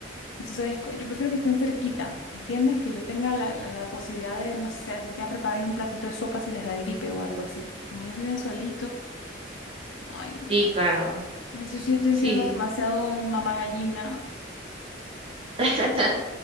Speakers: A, on the left; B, on the right.
A: Entonces, co- yo prefiero que estén cerquita, ¿me entiendes? Que yo tenga la, la- la posibilidad de, no sé, así sea prepararle un platito de sopa si les da gripe o algo así. Como ellos viven solitos. Ay, no.
B: Sí, claro.
A: No sé si estoy
B: Sí.
A: siendo demasiado mamá gallina.
B: <laughs>